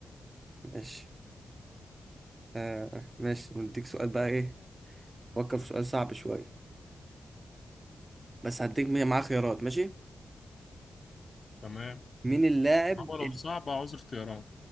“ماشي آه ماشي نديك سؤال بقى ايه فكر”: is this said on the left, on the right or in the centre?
Right